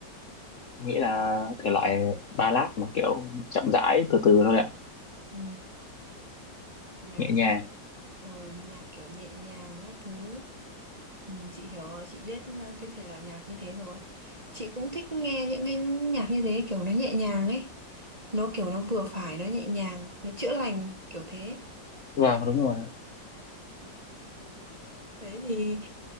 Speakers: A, on the left (about 50°); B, on the right (about 25°).
A: em nghĩ là thể loại ballad mà kiểu chậm rãi từ từ thôi ạ
B: Ừ. nhạc
A: nhẹ nhàng
B: kiểu ừ, nhạc kiểu nhẹ nhàng các thứ ừ, chị hiểu rồi chị biết ờ, cái thể loại nhạc như thế rồi chị cũng thích nghe những cái nhạc như thế kiểu nó nhẹ nhàng ấy nó kiểu nó vừa phải nó nhẹ nhàng nó chữa lành kiểu thế
A: vâng đúng rồi
B: đấy thì